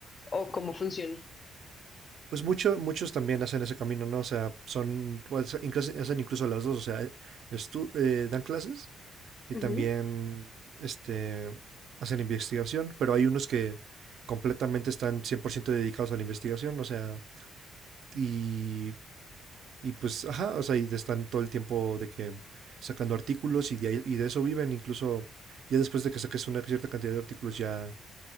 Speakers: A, on the left; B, on the right.
A: o cómo funciona.
B: pues mucho, muchos también hacen ese camino, ¿no? O sea, son, pues, incluso- hacen incluso las dos, o sea, estu- eh, dan clases y también
A: Ujú.
B: este, hacen investigación, pero hay unos que completamente están 100% dedicados a la investigación, o sea, y Y pues, ajá, o sea, y están todo el tiempo de que sacando artículos y de, ahí- y de eso viven. Incluso ya después de que saques una cierta cantidad de artículos, ya